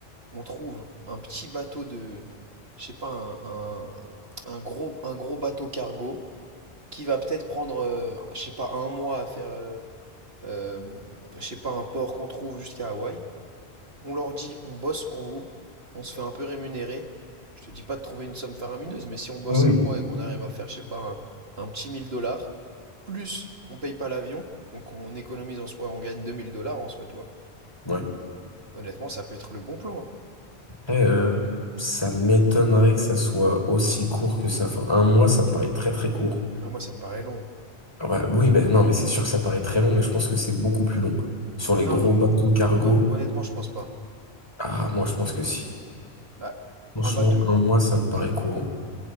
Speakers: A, on the right; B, on the left.
A: on trouve un petit bateau de, je sais pas, un, un un gros, un gros bateau cargo qui va peut-être prendre, euh, je sais pas, un mois à faire, euh, euh, je sais pas, un port qu'on trouve jusqu'à Hawaï. On leur dit, on bosse pour vous, on se fait un peu rémunérer. Je te dis pas de trouver une somme faramineuse, mais si on bosse
B: Oui, oui.
A: un mois et qu'on arrive à faire, je sais pas, un, un petit 1000 dollars, plus on paye pas l'avion, donc on économise en soi, on gagne 2000 dollars en soi, tu vois.
B: ouais.
A: Honnêtement, ça peut être le bon plan, hein.
B: Après, euh, ça m'étonnerait que ça soit aussi court que ça. Enfin, un mois, ça me paraît très très court.
A: Ah, moi, ça me paraît long. hein.
B: Ouais, oui, ben non, mais c'est sûr que ça paraît très long, mais je pense que c'est beaucoup plus long. Sur les
A: Non,
B: gros
A: non,
B: bateaux cargo,
A: hon- honnêtement, je pense pas.
B: ah, moi, je pense que si.
A: Bah,
B: Franchement,
A: un bateau.
B: un mois, ça me paraît courant.